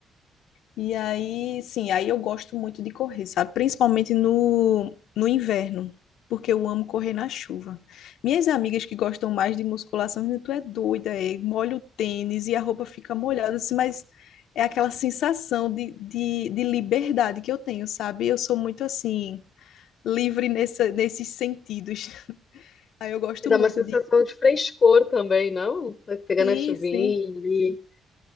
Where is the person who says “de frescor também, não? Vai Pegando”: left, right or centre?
Left